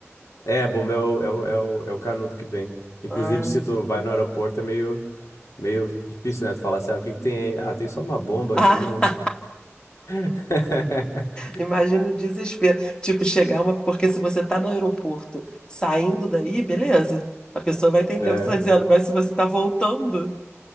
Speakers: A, on the left (about 85°); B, on the left (about 20°).
A: É, a bomba é o, é o, é o, é o canudo que vem. Inclusive,
B: Ah.
A: se tu vai no aeroporto, é meio, meio difícil, né? Tu falar assim, ah, o que que tem aí? Ah, tem só uma bomba
B: <laughs>
A: aqui. um- <laughs>
B: Imagina o desespero. Tipo, chegar uma. Porque se você tá no aeroporto saindo daí, beleza. A pessoa vai entender
A: É,
B: o que você tá dizendo. Mas se você tá voltando